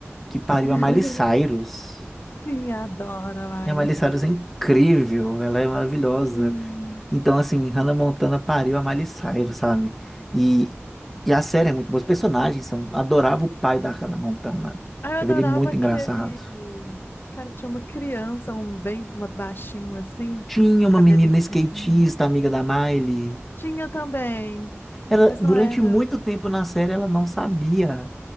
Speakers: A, in the centre; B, on the left.
A: que pariu
B: <laughs>
A: a Miley Cyrus.
B: Sim, adoro, Miley.
A: E a Miley Cyrus é incrível, ela é maravilhosa.
B: Sim.
A: Então, assim, Hannah Montana pariu a Miley Cyrus, sabe? E, e a série é muito boa. Os personagens são... Adorava o pai da Hannah Montana.
B: Ai, eu
A: Achava
B: adorava
A: ele muito
B: aquele.
A: engraçado.
B: Cara, tinha uma criança, um bem uma baixinho assim,
A: Tinha
B: do
A: uma
B: cabelinho
A: menina skatista,
B: lisinho.
A: amiga da Miley.
B: Tinha também,
A: Ela,
B: mas
A: durante
B: não era.
A: muito tempo na série, ela não sabia